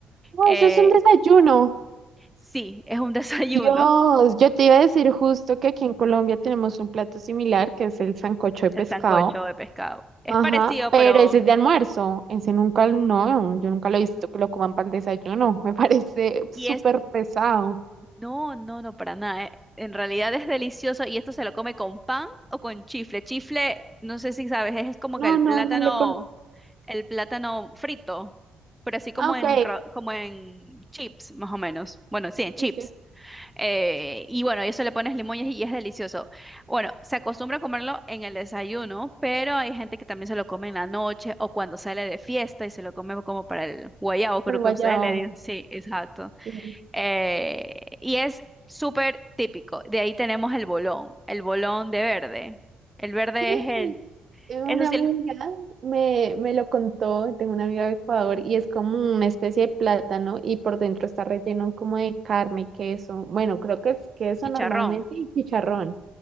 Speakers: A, on the right; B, in the centre.
A: no,
B: Eh,
A: eso es un desayuno.
B: sí, es un <laughs> desayuno.
A: Dios, yo te iba a decir justo que aquí en Colombia tenemos un plato similar, que es el sancocho de pescado.
B: El sancocho de pescado. Es
A: Ajá,
B: parecido,
A: pero
B: pero...
A: ese es de almuerzo, ese nunca, no, yo nunca lo he visto que lo coman para el desayuno, <laughs> me parece súper
B: Y es...
A: pesado.
B: No, no, no, para nada. eh. En realidad es delicioso y esto se lo come con pan o con chifle. Chifle, no sé si sabes, es como
A: No,
B: que el plátano,
A: no, no le con...
B: el plátano frito, pero así como
A: Ah, ok,
B: en, ro- como en chips, más o menos. Bueno, sí, en chips.
A: dice,
B: Eh, y bueno, y eso le pones limones y es delicioso. Bueno, se acostumbra a comerlo en el desayuno, pero hay gente que también se lo come en la noche o cuando sale de fiesta y se lo come como para el guayabo, creo
A: el
B: que
A: guayao.
B: ustedes le dicen. Sí, exacto.
A: Sí,
B: Eh, y es súper típico. De ahí tenemos el bolón, el bolón de verde. El verde
A: Sí,
B: es el,
A: eh, una
B: eso sí,
A: amiga
B: el
A: me, me lo contó, tengo una amiga de Ecuador y es como una especie de plátano y por dentro está relleno como de carne, queso, bueno, creo que es queso
B: chicharrón.
A: normalmente y chicharrón.